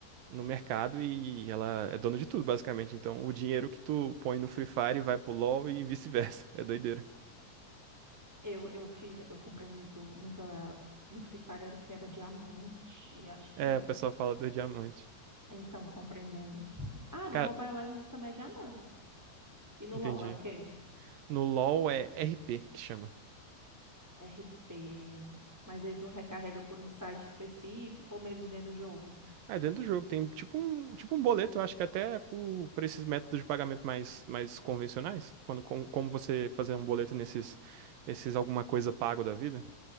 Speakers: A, on the right; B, in the centre.
A: no mercado e ela é dona de tudo, basicamente. Então, o dinheiro que tu põe no Free Fire vai pro LoL e vice-versa. É doideira.
B: Eu, eu fiz, eu comprei muito, muita no Free Fire era o que era diamante, acho que
A: É,
B: era.
A: o pessoal fala do diamante.
B: Então, comprei muito. Ah, no
A: Cara,
B: Mobile Legends também é diamantes. E no
A: entendi.
B: LoL é o quê?
A: No LoL é RP que chama.
B: R P. Mas aí tu recarrega por um site específico ou mesmo dentro do jogo.
A: Ah, É dentro do jogo, tem tipo um, tipo um boleto, eu acho que até é por, por esses métodos de pagamento mais, mais convencionais, quando com- como você fazer um boleto nesses esses alguma coisa pago da vida.